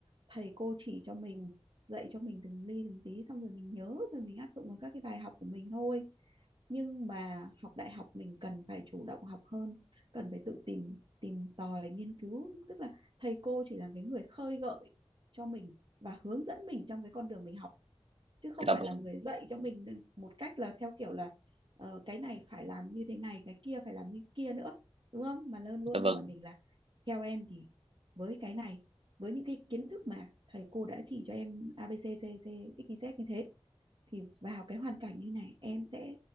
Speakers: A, on the right (about 50°); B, on the right (about 70°).
A: thầy cô chỉ cho mình dạy cho mình từng ly từng tí xong rồi mình nhớ rồi mình áp dụng vào các cái bài học của mình thôi nhưng mà học đại học mình cần phải chủ động học hơn cần phải tự tìm tìm tòi nghiên cứu tức là thầy cô chỉ là cái người khơi gợi cho mình và hướng dẫn mình trong cái con đường mình học chứ không
B: dạ
A: phải
B: vâng
A: là người dạy cho mình một cách là theo kiểu là ờ, cái này phải làm như thế này cái kia phải làm như kia nữa đúng không mà luôn luôn
B: dạ
A: hỏi
B: vâng
A: mình là theo em thì với cái này với những cái kiến thức mà thầy cô đã chỉ cho em A B C D C X Y Z như thế thì vào cái hoàn cảnh như này em sẽ